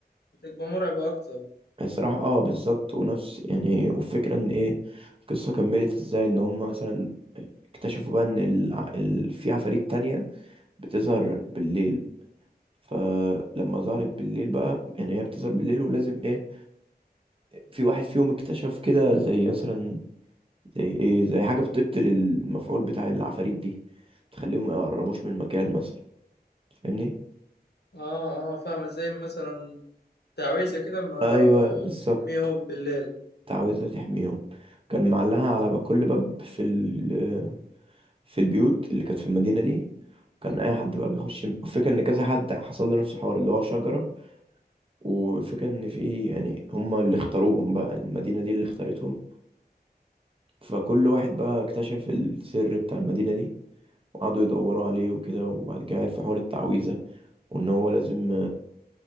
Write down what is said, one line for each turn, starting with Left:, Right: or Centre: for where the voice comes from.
Left: بتبقى مرعبه اكتر
Right: الصراحة اه بالظبط ونفس يعني والفكرة إن إيه القصة كملت إزاي إن هم مثلا اكتشفوا بقى إن الع... ال... في عفاريت تانية بتظهر بالليل فلما ظهرت بالليل بقى يعني هي بتظهر بالليل ولازم إيه في واحد فيهم اكتشف كده زي مثلا زي ايه زي حاجة بتبطل المفعول بتاع العفاريت دي تخليهم ما يقربوش من المكان مثلا فاهمني
Left: اه اه فاهم زي مثلا تعويذة كده ما
Right: ايوه بالظبط
Left: تحميهم بالليل
Right: عاوزة تحميهم كان معلقها على كل باب في ال في البيوت اللي كانت في المدينة دي كان اي حد بقى بيخش الفكرة ان كذا حد حصل له نفس الحوار اللي هو شجرة وفكرة ان في يعني هما اللي اختاروهم بقى المدينة دي اللي اختارتهم فكل واحد بقى اكتشف السر بتاع المدينة دي وقعدوا يدوروا عليه وكده وبعد كده عرف حوار التعويذة وإن هو لازم